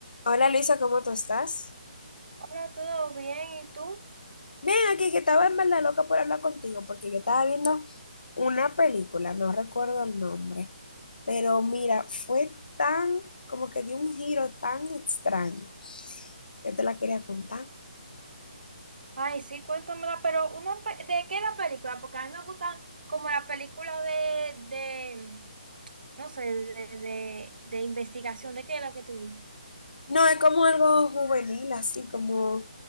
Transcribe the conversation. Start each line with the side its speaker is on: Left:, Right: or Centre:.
Left: Hola Luisa, ¿cómo tú estás?
Right: Hola, ¿todo bien? ¿Y tú?
Left: Bien, aquí que estaba en verdad loca por hablar contigo, porque yo estaba viendo una película, no recuerdo el nombre, pero mira, fue tan, como que dio un giro tan extraño que yo te la quería contar.
Right: Ay, sí, cuéntamela, pero una pe- ¿de qué la película? Porque a mí me gustan como la película de, de, no sé, de, de, de investigación, ¿de qué es la que tú viste?
Left: No, es como algo juvenil, así como